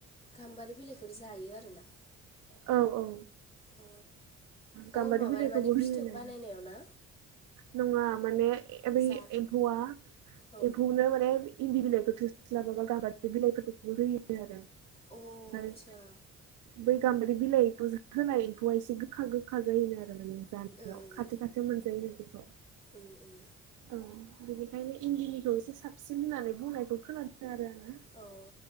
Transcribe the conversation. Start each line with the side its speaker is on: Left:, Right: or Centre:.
Left: गाम्बारि बिलाइखौबो जायो आरोना।
Right: औ औ।
Left: अ
Right: गाम्बारि
Left: अ माबा
Right: बिलाइखौबो
Left: माने फिथोब
Right: होयोना
Left: बानायनायाव ना
Right: नङा। माने बै
Left: जा
Right: एम्फौ आं
Left: औ
Right: एम्फौ नों माने। इन्दि बिलाइखौ थोस्लाबाबा गाबा बिलाइफोरखौबो होयो आरो। ओफ्राय
Left: अ आदसा
Right: बै। गाम्ब्रि बिलाइखौ होनाय एम्फौआ एसे गोखा गोखा जायो आरो माने। जानायाव
Left: उम
Right: खाथो खाथो मोनजायोना बेखौ।
Left: उम उम
Right: औ बेनिखायनो इन्दिनिखौ एसे साबसिन। साबसिन होननानै बुंनायखौ खोनादों आरो आङो।
Left: अ